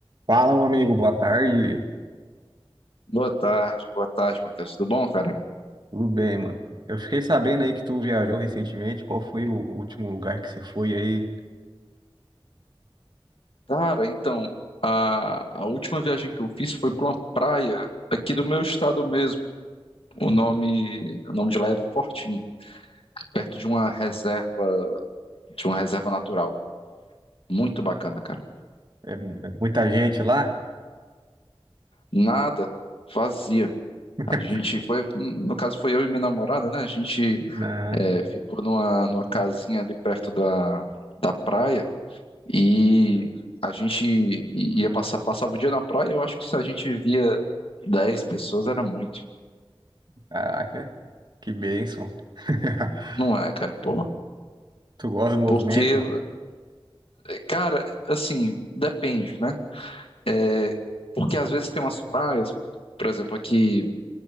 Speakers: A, on the right; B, on the left.
A: Fala, meu amigo, boa tarde.
B: Boa tarde, boa tarde, Matheus. Tudo bom, cara?
A: Tudo bem, mano? Eu fiquei sabendo aí que tu viajou recentemente. Qual foi o último lugar que você foi aí?
B: Cara, então, a, a última viagem que eu fiz foi para uma praia aqui do meu estado mesmo. O nome, o nome de lá é Fortim, perto de uma reserva, de uma reserva natural. Muito bacana, cara.
A: É é muita gente lá?
B: Nada, vazia.
A: <laughs>
B: A gente foi, no caso foi eu e minha namorada, né? A gente
A: Não.
B: é, ficou numa, numa casinha ali perto da, da praia. E a gente ia passar, passava o dia na praia, eu acho que se a gente via 10 pessoas era muito.
A: Caraca, que bênção. <laughs>
B: Não é, cara, pô.
A: Tu gosta do movimento?
B: Porque, cara, assim, depende, né? É, porque às vezes tem umas praias, por exemplo, aqui,